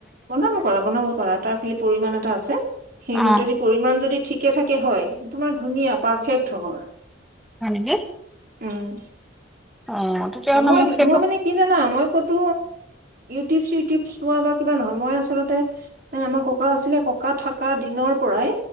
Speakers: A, on the right (about 45°); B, in the centre.
A: বনাব পাৰা বনাব পাৰা তাৰ খালি পৰিমণ এটা আছে সেইমতেদি
B: অ
A: পৰিমাণ যদি ঠিক থিকে থাকে হয়। তোমাৰ ধুনীয়া পাৰফে ব <unintelligible>
B: ন নেকি।
A: উম',
B: অ তেতিয়াহ'লে
A: মই
B: মোক সেইটো
A: মই মানে কি জানা মই কতো টপছ ই টিপছ হোৱা বা কিবা নহয় মই আচলতে এ আমাৰ ককা আছিলে ককা থকা দিনৰ পৰাই